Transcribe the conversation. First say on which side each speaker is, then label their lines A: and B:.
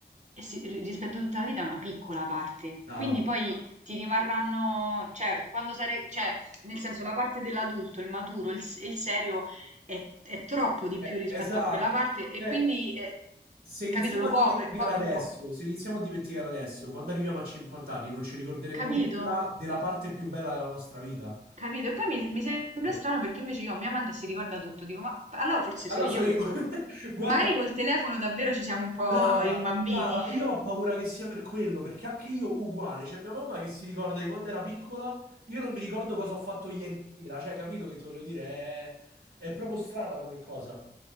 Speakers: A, on the right; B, on the right.
A: eh sì, ri- rispetto a tutta la vita è una piccola parte.
B: brava.
A: Quindi poi ti rimarranno, cioè, quando sarai, cioè, nel senso, la parte dell'adulto, il maturo, il, s- il serio è, è troppo di
B: Eh,
A: più rispetto
B: esatto.
A: a quella parte e
B: Cioè,
A: quindi, eh,
B: se iniziamo
A: capito, lo
B: a
A: copre,
B: dimenticare
A: copre
B: adesso,
A: un po'.
B: se iniziamo a dimenticare adesso, quando arriviamo a 50 anni non ci ricorderemo
A: Capito?
B: nulla della parte più bella della nostra vita.
A: Capito? E poi mi, mi sembra
B: Sì.
A: strano perché invece io, mia madre si ricorda tutto, dico, ma allora forse
B: Allora
A: so io
B: so io.
A: che col...
B: <laughs> Guarda,
A: magari col telefono davvero ci siamo un po'
B: brava,
A: rimbambiti.
B: brava. Io ho paura che sia per quello, perché anche io uguale. Cioè, mia mamma che si ricorda di quando era piccola, io non mi ricordo cosa ho fatto ieri sera. Cioè, capito che ti voglio dire? È, è proprio strana come cosa.